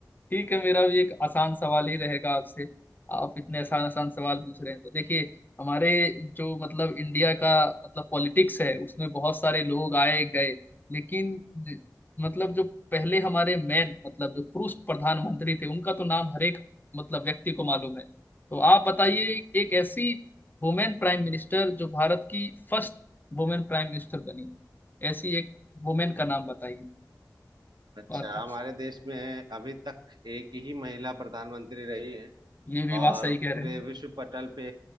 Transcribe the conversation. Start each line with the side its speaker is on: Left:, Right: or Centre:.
Left: ठीक है मेरा भी एक आसान सवाल ही रहेगा आपसे आप इतने आसान आसान सवाल पूछ रहे हैं तो देखिए हमारे जो मतलब इंडिया का मतलब पॉलिटिक्स है उसमें बहुत सारे लोग आए गए लेकिन मतलब जो पहले हमारे मैन मतलब जो पुरुष प्रधानमंत्री थे उनका तो नाम हर एक मतलब व्यक्ति को मालूम है तो आप बताइए एक ऐसी वुमेन प्राइम मिनिस्टर जो भारत की फर्स्ट वुमेन प्राइम मिनिस्टर बनी ऐसी एक वुमेन का नाम बताइए
Right: अच्छा
Left: और अच्छा
Right: हमारे देश में अभी तक एक ही महिला प्रधानमंत्री रही है
Left: ये भी
Right: और
Left: बात सही कह
Right: पूरे
Left: रहे हैं
Right: विश्व पटल पे